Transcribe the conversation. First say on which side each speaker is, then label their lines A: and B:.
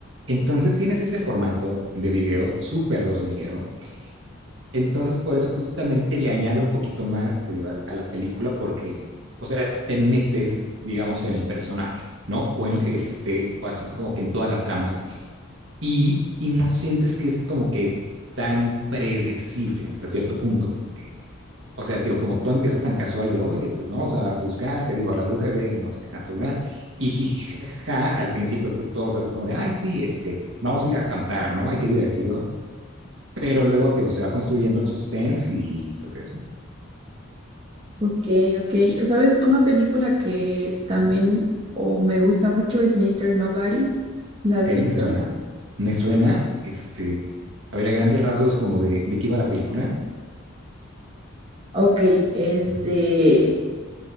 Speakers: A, on the right (about 60°); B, on the right (about 25°).
A: Entonces tienes ese formato de video súper dos milero entonces, por eso justamente le añade un poquito más, te digo, a, la película, porque, o sea, te metes, digamos, en el personaje, ¿no? O en este, o así como que en toda la trama, y, y no sientes que es como que tan predecible hasta cierto punto, porque, o sea, tío, como todo empieza tan casual de, oye, pues vamos a buscar, te digo, a la bruja de Blake, no sé qué tanto, ¿verdad? Y jijijaja, al principio, pues todos así como de, ay, sí, este, vamos a ir a acampar, ¿no? Ay, qué divertido. Pero luego, tío, se va construyendo el suspense y pues eso.
B: Ok, ok. ¿Sabes? Una película que también
A: Ujú.
B: o me gusta mucho es Mister Nobody. ¿La
A: Ok,
B: has visto?
A: me suena. Me suena, este, a ver, a grandes rasgos como de, de qué iba la película.
B: Ok, este,
A: Ujú.